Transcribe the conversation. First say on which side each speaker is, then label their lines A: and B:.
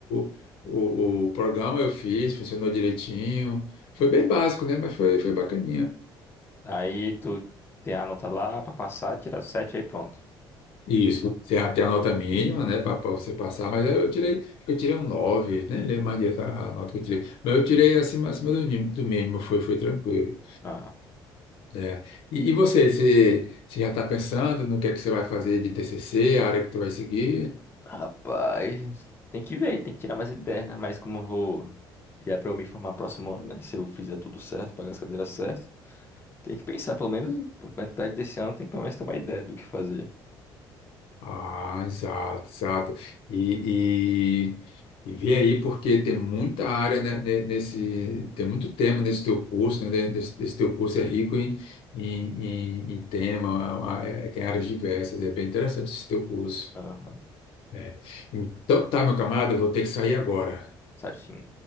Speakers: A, on the left (about 75°); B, on the left (about 25°).
A: o, o o programa eu fiz, funcionou direitinho. Foi bem básico, né? Mas foi, foi bacaninha.
B: aí tu tem a nota lá pra passar, tirar sete aí pronto.
A: Isso. Tem a, tem a nota mínima, né? Para você passar, mas aí eu tirei, acho que eu tirei um nove nem lembro mais direito a, a nota que eu tirei. Mas eu tirei acima, acima do, nim- do mínimo, foi, foi tranquilo.
B: Ah,
A: né? E, e você, você, você já está pensando no que é que você vai fazer de TCC, a área que tu vai seguir?
B: Rapaz, tem que ver, tem que tirar mais ideias, né? Mas como eu vou. Já é pra eu me formar próximo ano, né? Se eu fizer tudo certo, pagar as cadeiras certas, tem que pensar, pelo menos por metade desse ano, tem que pelo menos ter uma ideia do que fazer.
A: Ah, exato, exato. E, e, e vê aí, porque tem muita área né, ne- nesse, tem muito tema nesse teu curso, né? Nesse, nesse teu curso é rico em, em, em, em tema, ah, é- tem áreas diversas, é bem interessante esse teu curso.
B: Aham,
A: É. Então tá, meu camarada, eu vou ter que sair agora.
B: certinho.